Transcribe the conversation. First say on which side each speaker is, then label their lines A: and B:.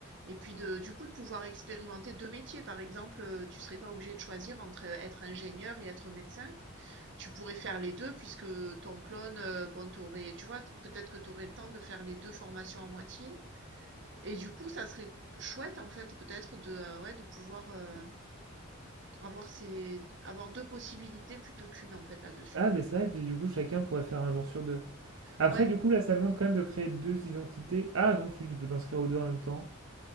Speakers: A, on the right; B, on the right.
A: et puis de du coup, de pouvoir expérimenter 2 métiers. Par exemple, heu, tu serais pas obligé de choisir entre, heu, être ingénieur et être médecin. Tu pourrais faire les 2 puisque ton clone, heu, bon, tu aurais tu vois? Peut-être que tu aurais le temps de faire les 2 formations à moitié et du coup, ça serait chouette, en fait, peut-être de, heu, ouais, de pouvoir, heu, avoir ces avoir 2 possibilités plutôt qu'une en fait, là-dessus.
B: Ah, mais ça, et puis du coup, chacun pourrait faire un jour sur deux. Après,
A: Ouais.
B: du coup, là, ça demande quand même de créer deux identités. Ah non, si, tu peux t'inscrire aux deux en même temps.